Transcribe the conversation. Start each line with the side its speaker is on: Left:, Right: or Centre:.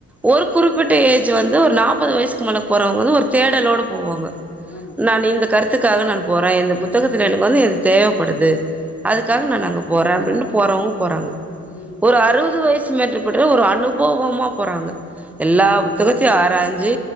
Centre: ஒரு குறிப்பிட்ட ஏஜ் வந்து ஒரு நாற்பது வயசுக்கு மேல போறவங்க வந்து ஒரு தேடலோட போவாங்க
Left: ஆமா
Centre: நான்னு இந்த கருத்துக்காக நான் போற இந்த புத்தகத்தில எனக்கு வந்து இது தேவப்படுது அதுக்காக நான்னு அங்க போற அப்டின்னு போறவுங் போறாங்க
Left: ம்
Centre: ஒரு அறுவது வயசு மேற்று பெற்ற ஒரு அனுபவமா போறாங்க எல்லா
Left: ம்
Centre: புத்தகத் தியு ஆராஞ்சு